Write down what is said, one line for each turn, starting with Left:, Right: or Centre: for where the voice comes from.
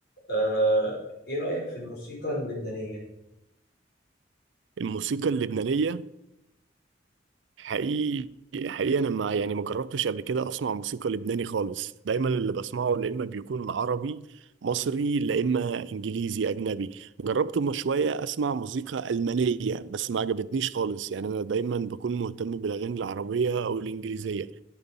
Left: آه، ايه رأيك في الموسيقى اللبنانية
Right: الموسيقى اللبنانيه حقيقي حقيقي انا ما يعني ما جربتش قبل كده اسمع موسيقى لبناني خالص دايما اللي بسمعه يا اما بيكون عربي مصري لا اما انجليزي اجنبي جربت من شويه اسمع موسيقى المانيه بس ما عجبتنيش خالص يعني انا دايما بكون مهتم بالاغاني العربيه او الانجليزيه